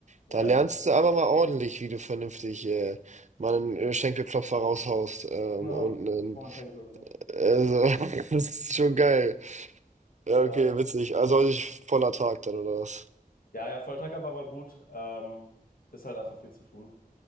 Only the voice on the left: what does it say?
Ja,
ja.
Genau,
Roman Schenk-Soße.
Ja.
Ja, ja, Volltag-Aber war gut. Ähm, ist halt einfach viel zu tun.